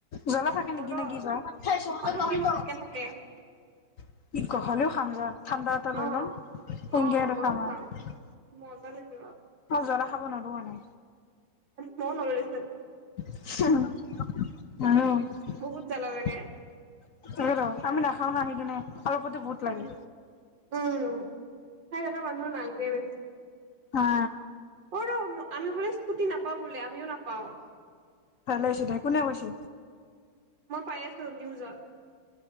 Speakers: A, on the left (about 55°); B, on the right (about 80°).
A: জলা থাকে
B: মোৰো
A: নেকি নে কি? <unintelligible>
B: অ থাকিব থাকে থাকে অ অ ময়ো খাম মজা লাগিব।
A: জলা খাব নোৱাৰোঁ মানে।
B: ময়ো নোৱাৰো দেখোন।
A: <unintelligible>
B: বহুত জ্বালা লাগে
A: আমি নাখাও হা সেইকেনে। অলপতে বহুত লাগে।
B: উম উম খাই থকা মানুহৰ নালাগে বেছি
A: হা!
B: অ ৰ আমি বোলে স্কুটি নাপাওঁ বোলে। আমিও নাপাওঁ।
A: ভাল হৈছে, তাই কোনে কৈছে?
B: মই পাই আছো নিউজত।